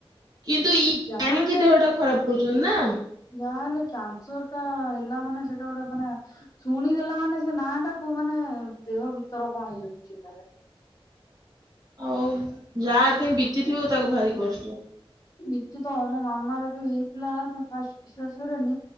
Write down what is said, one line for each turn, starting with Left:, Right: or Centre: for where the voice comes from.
Right: କିନ୍ତୁ ଇଏ
Left: ଯାହା
Right: ଜାଣିକି
Left: ହେଲେ
Right: ଦେହଟା ଖରାପ କରୁଛନ୍ତି ନା।
Left: ଯା ହେଲେ କାନ୍ସର ଟା ହେ ଲା ମାନେ ସେଟା ଗୋଟେ ମାନେ ଶୁଣିଦେଲା ମାନେ ସେ ନାଁ ଟାକୁ ମାନେ ଦେହ ଭିତର କଣ ହେଇଯାଉଛି? <unintelligible>
Right: ଆଉ ଯା ଥେଇ ବିତିଥିବ ତାକୁ ଭାରି କଷ୍ଟ?
Left: ବିତୁଥିବ ମୋ ମାମ ର ଯୋଉ ହେଇଥିଲା ପାଷ୍ଟ ବିଶ୍ଵାସ କରିବନି